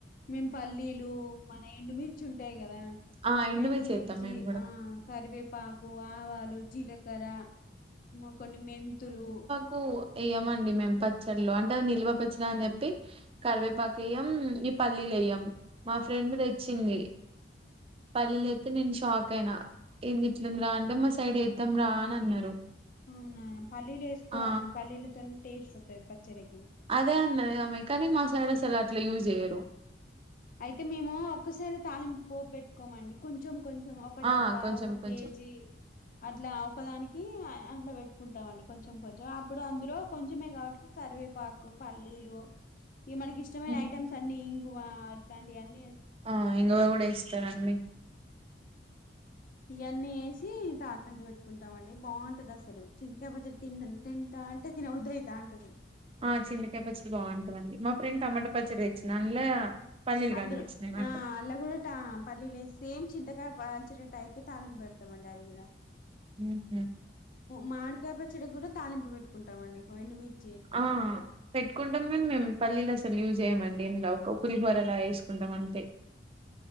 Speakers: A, on the left; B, on the right.
A: మేము పల్లీలు మన ఎండుమిర్చి ఉంటాయి కదా
B: ఆ
A: ఎండుమిర్చి
B: ఏత్తం మేము కూడా
A: ఆ కరివేప్ పాకు ఆవాలు జీలకర్ర కొన్ని మెంతులు
B: కు వేయమండి మేము పచ్చళ్లు అంటే అది నిల్వ పచ్చడి అని చెప్పి కరివేపాకు వేయ్యం ఈ పల్లీలు వేయ్యం మా ఫ్రెండ్ తెచ్చింది పల్లీలు వేస్తే నేను షాక్ అయినా ఏంది ఇట్లంది రా అంటే మా సైడ్ వేద్దాం రా అని అన్నారు
A: ఉమ్ పల్లీలు వేసుకోవాలండి
B: ఆ
A: పల్లీలతోనే టేస్ట్ ఉంటది పచ్చడికి
B: అదే అన్న దామె కానీ మా సైడ్ అస్సలు అట్లా యూజ్ చేయ్యరు
A: అయితే మేము ఒక్కసారి తాలింపు పోప్ పెట్టుకోమండీ కొంచెం కొంచెం ఒక
B: ఆ
A: డబ్బా
B: కొంచెం
A: ఒక
B: కొంచెం
A: కేజీ అట్లా ఒకదానికి అట్లా పెట్టుకుంటామండి కొంచెం కొంచెం అప్పుడు అందులో కొంచమే కాబట్టి కరివే పాక్ పల్లీలు ఈ మనకి ఇష్టమైన
B: ఉమ్.
A: ఐటెమ్స్ అన్ని ఇంగువ ఇట్లాంటి అన్నీ
B: ఆ ఇంగవ కూడా ఏస్తారండి
A: ఇవన్నీ వేసి తాలింపు పెట్టుకుంటాం అండి బాగుంటది అసలు చింతకాయ పచ్చడి తిన్నంత తా అంటే తిన్న బుద్ధి అయితా అంటది
B: ఆ చింతకాయ పచ్చడి బాగుంటుందండి మా ఫ్రెండ్ టమాటా పచ్చడి తెచ్చింది అందులో పల్లీలు
A: అందరూ
B: కనిపించినాయి నాకు
A: ఆ ఆది కూడా పల్లీలు వేసి చింతకాయ పచ్చడి టైప్ తాలింపు పెడతామండి అది కూడా
B: ఉహుమ్
A: మామిడికాయ పచ్చడికి కూడా తాలింపు పెట్టుకుంటామండి ఎండి మిర్చి
B: ఆ పెట్టుకుంటాం కానీ మేము పల్లీలు అసలు యూజ్ చేయ్యమండి ఇలా ఒక పులిహోరలా వేసుకుంటాం అంతే